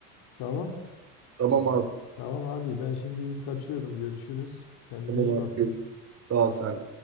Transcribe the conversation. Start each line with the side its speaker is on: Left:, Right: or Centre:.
Left: Tamam.
Right: Tamam abi.
Left: Tamam hadi ben şimdilik kaçıyorum. Görüşürüz. Kendine
Right: Tamam
Left: iyi
Right: abi.
Left: bak.
Right: Sağ ol sen.